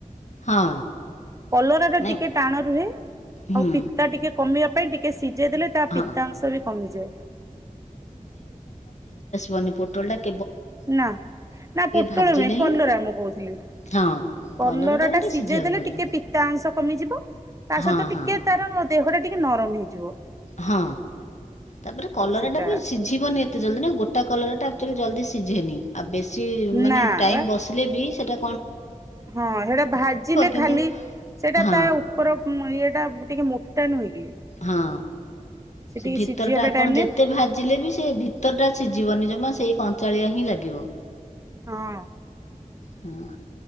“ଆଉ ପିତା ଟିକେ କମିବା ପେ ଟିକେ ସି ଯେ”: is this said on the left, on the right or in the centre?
Right